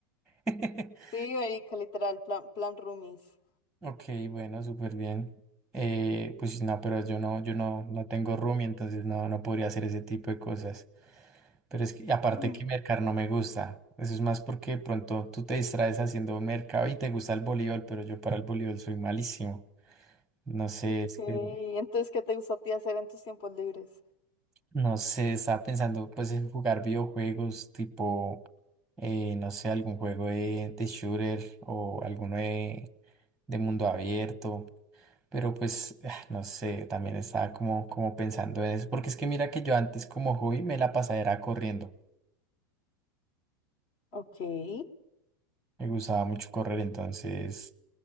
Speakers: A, in the centre; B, on the left (about 45°).
A: <laughs>
B: Sí, Erika, literal, plan, plan roomies.
A: Ok, bueno, súper bien. Eh, pues no, pero yo no, yo no, no tengo roomie, entonces no, no podría hacer ese tipo de cosas. Pero es que aparte
B: <laughs> Mm,
A: que mercar no me gusta. Eso es más porque de pronto tú te distraes haciendo mercado y te gusta el voleibol, pero yo para el voleibol soy malísimo. No sé,
B: Ok,
A: es que
B: entonces, ¿qué te gusta a ti hacer en tus tiempos libres?
A: no sé, estaba pensando pues en jugar videojuegos tipo, eh, no sé, algún juego de, de shooter o alguno de, de mundo abierto. Pero pues, ah, no sé, también estaba como, como pensando en eso, porque es que mira que yo antes como hobby me la pasaba era corriendo,
B: Ok. Y-
A: me gustaba mucho correr, entonces